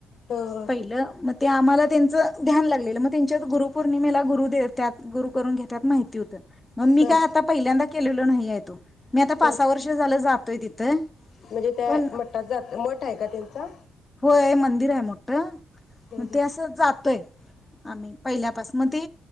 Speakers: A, on the left; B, on the left.
A: ह ह
B: पहिलं म. ते आम्हाला त्यांचं ध्यान लागलेलं मग त्यांच्यात गुरुपौर्णिमेला गुरु देत्यात. गुरू. करून घेत्यात माहिती होत म मी
A: ह
B: काय आता पहिल्यांदा केलेलो नाही तो, मी आता पासा
A: ह
B: वर्ष झालोय जातोय तिथ
A: म्हणजे त्या
B: पण.
A: मठात जात मठ आहे का त्यांचा.
B: होय मंदिर आहे मोठ.
A: हम्म
B: मग
A: हम्म.
B: ते असं जातोय आम्ही पहिल्यापास मग ते.